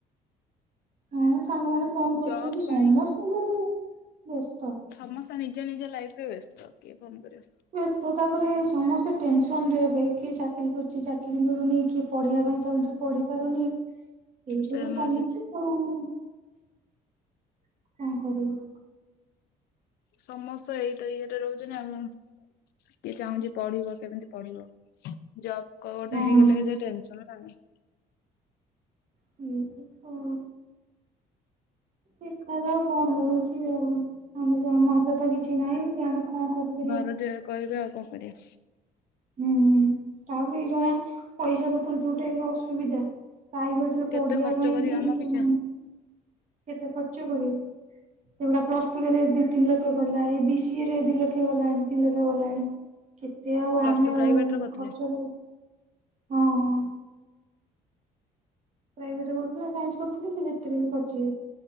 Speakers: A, on the right (about 45°); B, on the left (about 70°).
A: ହଁ ସାଙ୍ଗମାନେ ଫୋନ କରୁଛନ୍ତି
B: ଜବ୍
A: ସମସ୍ତଙ୍କୁ
B: ପାଇଁ
A: ବ୍ୟସ୍ତ।
B: ସମସ୍ତେ ନିଜ ନିଜ ଲାଇଫରେ ବ୍ୟସ୍ତ କିଏ ଫୋନ୍ କରିବ।
A: ବ୍ୟସ୍ତ ତାପରେ ସମସ୍ତେ ଟେନସନ ରେ ଏବେ କିଏ ଚାକିରୀ ଖୋଜୁଚି ଚାକିରୀ ମିଳୁନି କିଏ ପଢ଼ିବା ପାଇଁ ଚାହୁଁଚି। ପଢି ପାରୁନି। ଏଇ ସବୁ
B: ସେ
A: ଚାଲିଛି
B: ନୁହଁ
A: କ କଣ କରିବ।
B: ସମସ୍ତେ ଏଇ ତ ଇଏ ରେ ରହୁଚନ୍ତି ଆଉ କିଏ ଚାହୁଁଚି ପଢିବ କେମିତି ପଢିବ ଜବ କ ଗୋଟେ
A: ହଁ
B: ହେଇଗଲେ ଯେ ଟେନସନ ନାହିଁ।
A: ହୁଁ ପ କଣ ଦେଖାଯାଉ କଣ ହଉଚି ଆଉ ଆମେ ଯ ଆମ ହାତ ରେ ତ କିଛି ନାଇଁ ଯେ ଆମେ କଣ କରିପାରିବା
B: ଘରେ ଯେ କହିବେ ଆଉ କଣ କରିଆ।
A: ହୁଁ ହୁଁ ତାପରେ ଏଇ ଯୋଉ ଭଳିଆ ପଇସା ପତ୍ର ଯୋଉ ଟାଇପ ର ଅସୁବିଧା ପ୍ରାଇଭେଟ ରେ ପଢିଆ
B: କେତେ ଖର୍ଚ୍ଚ
A: ପାଇଁ
B: କରିବେ
A: ବି
B: ଆମ
A: <unintelligible>
B: ପିଛା
A: କେତେ ଖର୍ଚ୍ଚ କରିବେ। ଏଗୁଡା ପ୍ଲସ ଟୁ ରେ ଦି ଦି ତିନି ଲକ୍ଷ ଗଲା ଏଇ ବି ସି ଏ ରେ ଦି ଲକ୍ଷ ଗଲାଣି ତିନି ଲକ୍ଷ ଗଲାଣି। କେତେ ଆଉ
B: ପ୍ଲସ
A: ଆମେ
B: ଟୁ ପ୍ରାଇଭେଟରେ
A: ଆଉ
B: କରିଥିଲେ
A: ଖର୍ଚ୍ଚ କରିବୁ ହଁ ହଁ। ପ୍ରାଇଭେଟ ରେ କରୁଥିଲି ସାଇନ୍ସ କରୁଥିଲି ସେ ଯେଥିରେ ବି କରଚି